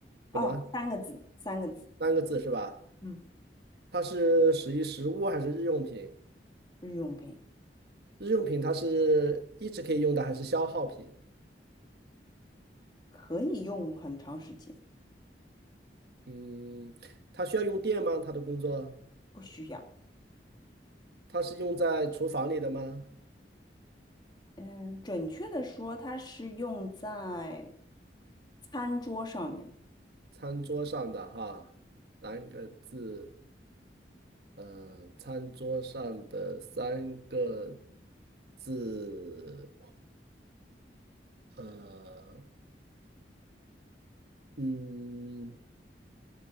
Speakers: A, on the left; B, on the right.
A: 哦，
B: 什么
A: 三个字，三个字，
B: 三个字是吧？
A: 嗯，
B: 它是属于食物还是日用品？
A: 日用品
B: 日用品它是一直可以用的还是消耗品？
A: 可以用很长时间，
B: 嗯，它需要用电吗？它的工作，
A: 不需要。
B: 它是用在厨房里的吗？
A: 嗯，准确的说，它是用在餐桌上面的。
B: 餐桌上的哈，三个字，呃，餐桌上的三个字。呃，嗯，